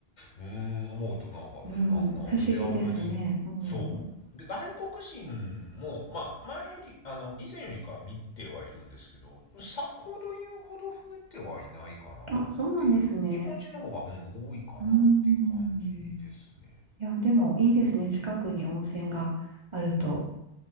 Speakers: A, on the left; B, on the right.
A: うーん思うとなんか、
B: うん、
A: うん、ななんであんなにそうで外国人もまあ前よりあの以前よりかは見てはいるんですけどさほど言うほど増えてはいないかなっ
B: 不思議ですね。うん。あ、そうなんですね。
A: ていう日本人の方が、うん、多いかなっていう感じですね。
B: うん。いや、でもいいですね。近くに温泉があると。